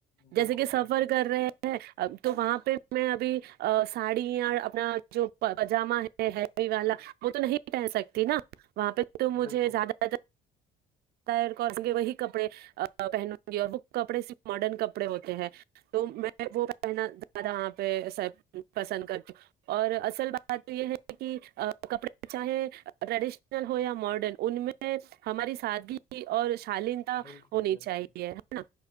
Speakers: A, on the right; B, on the left.
A: جیسے
B: بالکل
A: کہ سفر
B: بالکل
A: کر رہے ہیں اب تو وہاں پہ میں ابھی ا ساڑی یا اپنا جو پجامہ ہے ہیوی والا وہ تو نہیں پہن سکتی نا وہاں پہ تو مجھے
B: بالکل
A: زیادہ <unintelligible> پھر کاٹن کے وہی کپڑے پہنوں گی اور وہ کپڑے صرف ماڈرن کپڑے ہوتے ہیں تو میں وہ پہنا زیادہ وہاں پہ سب پسند کرتی ہوں اور اصل بات یہ ہے کہ ا کپڑے چاہے ٹریڈیشنل ہو یا ماڈرن ان میں ہماری سادگی اور شالینتا
B: بالکل
A: ہونی
B: بالکل
A: چاہیے ہے نا